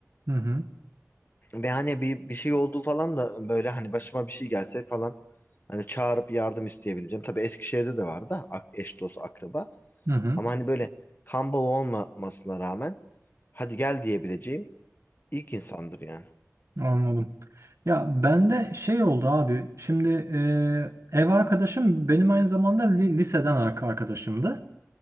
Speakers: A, on the right; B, on the left.
A: hı hı,
B: Ve hani bir, bir şey olduğu falan da böyle hani başıma bir şey gelse falan hani çağırıp yardım isteyebileceğim. Tabii Eskişehir'de de vardı ak- eş dost akraba.
A: hı hı,
B: Ama hani böyle kan bağı olmamasına rağmen hadi gel diyebileceğim ilk insandır yani.
A: anladım. Ya bende şey oldu abi. Şimdi e, ev arkadaşım benim aynı zamanda li- liseden arka- arkadaşımdı.